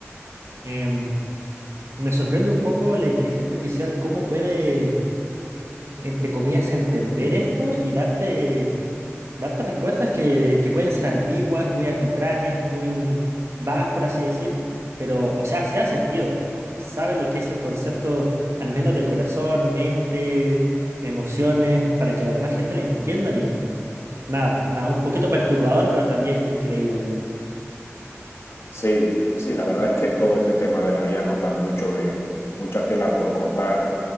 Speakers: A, on the right (about 65°); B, on the left (about 60°).
A: Em, me sorprende un poco la inteligencia artificial, cómo puede, entre comillas, entender esto y darte, darte respuestas que, que pueden ser ambiguas, muy arbitrarias, muy vagas, por así decir, pero, o sea, sí ha sentido. Sabe lo que es el concepto, al menos de corazón, mente, emociones, para que la demás gente la entiendan y nada, nada, un poquito perturbador, pero también increíble.
B: Sí, sí, la verdad es que todo este tema de la IA nos da mucho de, mucha tela por cortar